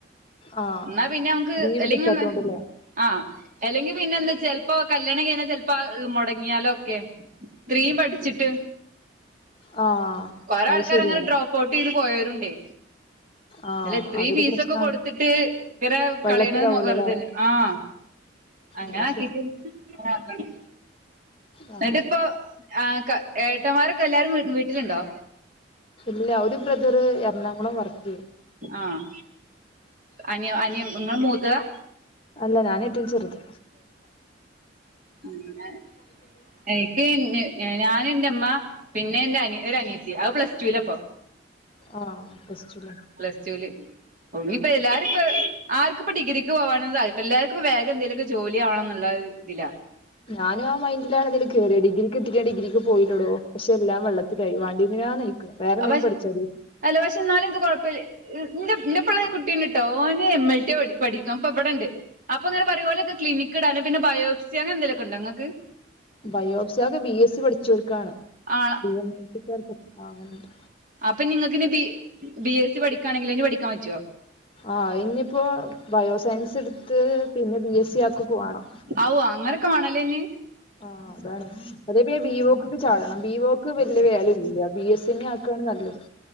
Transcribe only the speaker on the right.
ഇന്നാ പിന്നെ അമക്ക്
എല്ലുങ്ങന്നേ
ആഹ് എല്ലെങ്കി പിന്നെ എന്ത ച്ചാ ചെൽപ്പോ കല്യാണം കഴിഞ്ഞ ചെൽപ്പോ അത് മൊടങ്ങിയാലൊ ക്കെ ഇത്രീം പഠിച്ചിട്ട്
കൊറെ
ആൾക്കാര്
അങ്ങനെ ഡ്രോപ്പ് ഔട്ട് ചെയ്ത് പോയോരുണ്ടേ
അല്ല ഇത്രയും
ഫീസൊക്കെ
കൊടുത്തിട്ട് ഇങ്ങനെ
കളയണത് മോ വെറുതെയല്ലേ ആഹ്. അങ്ങനെ
ആക്കീറ്റ്
അങ്ങനെ ആക്കണ്
ഇന്നട്ട്പ്പോ ആ ക ഏട്ടൻമാരൊക്കെ എല്ലാരും വീട്ടിലുണ്ടോ
ആഹ് അനിയം അനിയം ഇങ്ങള മൂത്തതാ
പിന്നെ എനിക്ക് ഞാ ഞാന് എന്റെ ഉമ്മ. പിന്നെ എന്റെ അനിയ ഒര അനീയത്തി അത് പ്ലസ് റ്റൂലാപ്പോ
പ്ലസ് റ്റൂല് ഒങ്ങിപ്പോ എല്ലാരു ഇപ്പ ആർക്കുപ്പ ഡിഗ്രിക്ക് പോവാനൊനും താത്പരില്ല എല്ലാർക്കും വേ എന്തേലും ഒക്കെ ജോലി ആവണമെന്നുള്ള ഇതില്.
അപ്പ
അല്ല പക്ഷെ എന്നാലും ഇത് കൊഴപ്പല്ലേ ഈ എൻ്റെ എൻ്റെ പിള്ള ഒരു കുട്ടിയുണ്ട് കേട്ടോ ഓന് എം എൽ ടി പ പഠിക്കും അപ്പൊ എവിടെ ഉണ്ട്. അപ്പൊ അങ്ങന പറയും ഓലൊക്കെ ക്ലിനിക്ക് ഇടാന് പിന്നെ ബയോപ്സി അങ്ങനെന്തെലൊക്കെണ്ടോങ്ങക്ക്
ആ
ആഹ് അപ്പൊ ഇനി നിങ്ങൾക്ക് ഇനി ബി ബി എസ് സി പഠിക്കാണെങ്കിൽ ഇനി പഠിക്കാൻ പറ്റുമോ?
ആവൂ അങ്ങനെ കാണാല് തന്നെ.